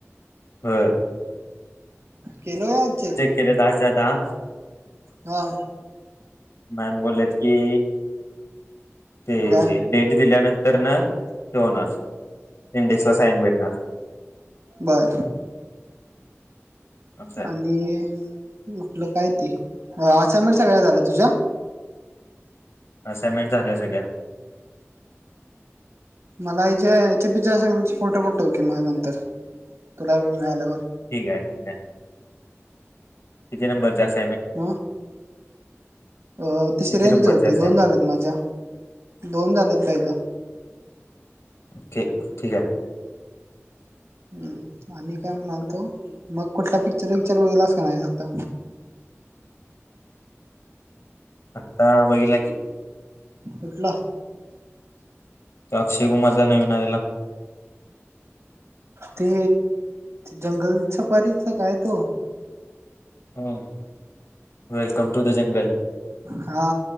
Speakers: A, on the left; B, on the right.
A: होय
B: केल चेक
A: क द द.
B: हा.
A: मॅम बोलल्यात की ते
B: काय
A: डेट दिल्यानंतर ना ते होणार इंडेक्स ला साईन भेटणार.
B: बर
A: असं
B: आणि आपलं काय ते असाइनमेट सगळ्या झालं तुझ्या
A: समिट झाल्या सगळ्या
B: मला जे याच्या पी अस फोटो पडतो की म नंतर तुला वेळ मिळाल्यावर
A: ठीक आहे ठीक आहे तिती नंबरचे असत.
B: ह अ तिश
A: किती
B: रेणी
A: नंबरचे
B: चौतीी
A: असाइनमेंट
B: दोन झालेत माझ्या दोन झालेत पहिलं.
A: ओके ठीक आहे.
B: ह आणि काय म्हणाल तो मग कुठला पिक्चर वििक्चर वघलास का नाही आता
A: आता बघ लागेल
B: कुठला?
A: अक्षय कुमारचा नवीन आलेला
B: ते जंगल सफारीच काय तो
A: हम्म. Welcome to the jungle.
B: हा